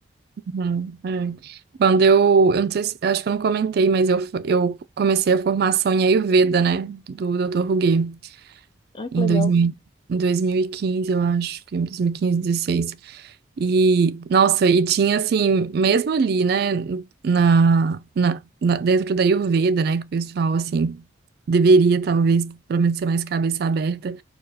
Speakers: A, on the right; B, on the left.
A: Uhum, é. Quando eu, eu não sei se, eu acho que eu não comentei, mas eu, f- eu comecei a formação em Ayurveda, né, do doutor Ruguê,
B: Ai,
A: em
B: que legal.
A: dois mil em 2015 eu acho, que em 2015, 16. E, quinze, dezesseis. E, nossa, e tinha assim, mesmo ali, né, na, na, na- dentro da Ayurveda, né, que o pessoal, assim, deveria talvez, pelo menos, ser mais cabeça aberta.